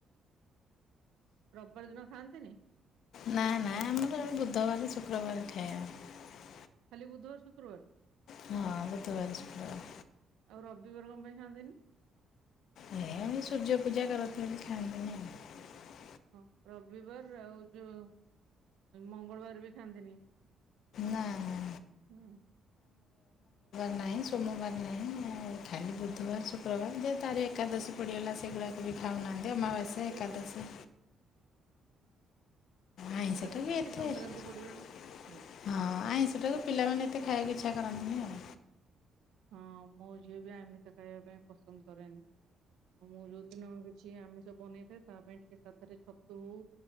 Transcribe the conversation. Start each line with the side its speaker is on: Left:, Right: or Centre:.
Right: ରବିବାର ଦିନ ଖାଆନ୍ତିନି।
Left: ନା ନା ଆମର ବୁଧବାର ଶୁକ୍ରବାର ଖାଇବାର ଖାଇବା।
Right: ଖାଲି ବୁଧବାର ଶୁକ୍ରବାର।
Left: ହଁ ବୁଧବାର ସୁକ୍ର ବାର୍।
Right: ଆଉ ରବିବାର କମ ପାଇଁ ଖାଆନ୍ତିନି।
Left: ଏ ଏମତି ସୂଯ୍ୟ ପୂଜା କରନ୍ତି ବୋଲି ଖାଇନ୍ତିିନି ଆ ଉ।
Right: ଓ ରବିବାର ଆଉ ଯୋଉ ମଙ୍ଗଳବାର ବି ଖାଆନ୍ତିନି
Left: ନା ନା।
Right: ହୁଁ।
Left: ନାଇ ସୋମବାର ନାଇ ଆଉ ଖାଲି ବୁଧ ବାର ଶୁକ୍ର ବାର୍ ଯଦି ତାର ଏକା ଦଶୀ ପଡ଼ିଗଲା ସେଗୁରାକ ବି ଖାଉ ନାହାନ୍ତି। ଏ ଅମାବାସ୍ୟା
Right: ହଁ ସେ
Left: ଏକାଦାସୀ। ଆଇଁଷହଟା
Right: ଏକାଦଶୀ
Left: ବି ଏତେ
Right: କି ସଂକ୍ରାନ୍ତି
Left: ହଁ
Right: ପଡିଗଲା। ହୁଁ
Left: ଆଇଁଷଟାକୁ ପିଲାମାନେ। ଏତେ ଖାଇବାକୁ ଇଚ୍ଛା କରନ୍ତିନି ଆଉ।
Right: ହଁ ମୋ ଝିଅ ବି ଆମିଷ ଖାଇବା ପାଇଁ ପସନ୍ଦ କରେନି ତ ମୁଁ ଯୋଉଦିନ କିଛି ଆମିଷ ବନେଇଥାଏ ତା ପାଇଁ ଟିକେ ସାଧାରେ ଛତୁ ହଉ